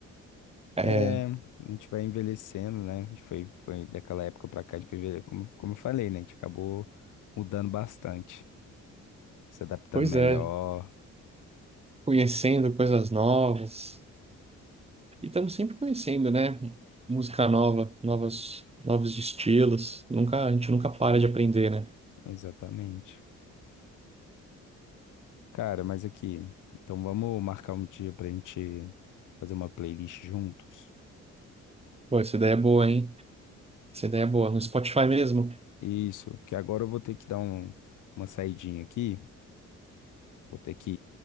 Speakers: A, on the right (about 20°); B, on the left (about 85°).
A: É,
B: É, a gente vai envelhecendo, né? A gente foi, foi daquela época pra cá, a gente foi, envelhe- como, como eu falei, né? A gente acabou mudando bastante, se adaptando
A: pois
B: melhor.
A: é, conhecendo coisas novas. E estamos sempre conhecendo, né? Música nova, novas, novos estilos. Nunca, a gente nunca para de aprender, né?
B: Exatamente. Cara, mas aqui, então vamos marcar um dia pra gente fazer uma playlist juntos.
A: Pô, essa ideia é boa, hein? Essa ideia é boa. No Spotify mesmo.
B: Isso, que agora eu vou ter que dar um- uma saidinha aqui, vou ter que